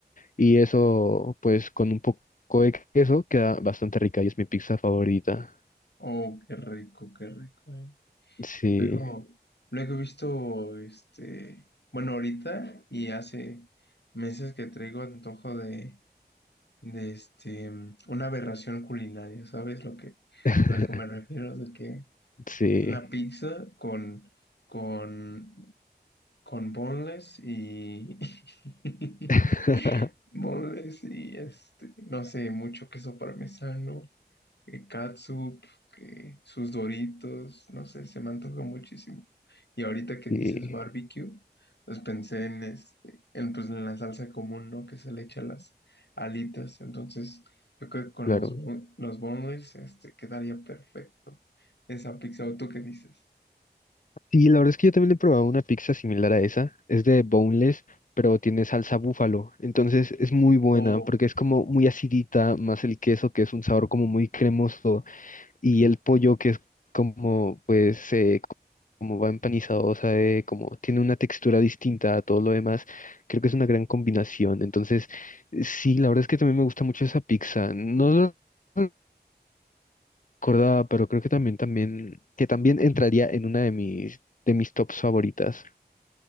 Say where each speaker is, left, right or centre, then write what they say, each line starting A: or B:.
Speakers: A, on the left; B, on the left.
A: y eso pues con un poco de queso queda bastante rica y es mi pizza favorita.
B: Oh, qué rico, qué rico, eh.
A: Sí.
B: Luego, luego he visto, este, bueno, ahorita y hace meses que traigo antojo de, de este, mm, una aberración culinaria, ¿sabes lo que,
A: <laughs>
B: lo que me refiero? De que
A: Sí.
B: una pizza con, con, con boneless y, <laughs>
A: <laughs>
B: boneless y este, no sé, mucho queso parmesano que catsup, que sus Doritos, no sé, se me antoja muchísimo. Y ahorita que
A: Sí,
B: dices barbecue, pues pensé en este, en pues en la salsa común, ¿no? Que se le echa a las alitas. Entonces, yo creo que con
A: claro.
B: los, bo- los boneless, este, quedaría perfecto esa pizza. ¿O tú qué dices?
A: Sí, la verdad es que yo también he probado una pizza similar a esa. Es de boneless, pero tiene salsa búfalo. Entonces es muy buena
B: Oh,
A: porque es como muy acidita, más el queso que es un sabor como muy cremoso y el pollo que es como pues eh, como va empanizado, o sea, eh, como tiene una textura distinta a todo lo demás. Creo que es una gran combinación. Entonces, sí, la verdad es que también me gusta mucho esa pizza. No no, acordaba, pero creo que también, también, que también entraría en una de mis, de mis tops favoritas.